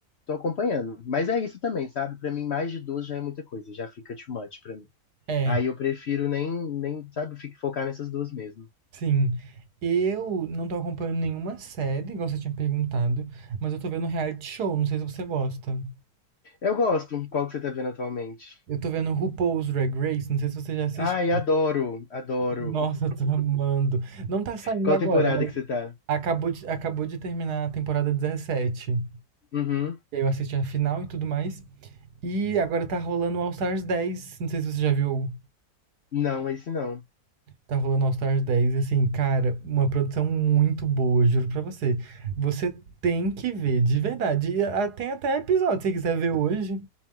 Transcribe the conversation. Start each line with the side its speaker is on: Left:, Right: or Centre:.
Left: tô acompanhando. Mas é isso também, sabe? Pra mim, mais de duas já é muita coisa, já fica too much pra mim.
Right: É,
Left: Aí eu prefiro nem, nem, sabe, fico- focar nessas duas mesmo.
Right: sim. Eu não tô acompanhando nenhuma série, igual você tinha perguntado, mas eu tô vendo reality show, não sei se você gosta.
Left: Eu gosto. Qual que você tá vendo atualmente?
Right: Eu tô vendo RuPaul's Drag Race, não sei se você já assistiu.
Left: Ai, adoro, adoro.
Right: Nossa, eu tô amando. Não tá saindo
Left: Qual
Right: agora,
Left: temporada
Right: mas
Left: que você tá?
Right: acabou de, acabou de terminar a temporada dezessete
Left: Uhum.
Right: E aí eu assisti a final e tudo mais. E agora tá rolando o All Stars dez não sei se você já viu.
Left: Não, esse não.
Right: Tá rolando All Stars dez assim, cara, uma produção muito boa, juro pra você. Você tem que ver, de verdade. E ah, tem até episódio, se você quiser ver hoje.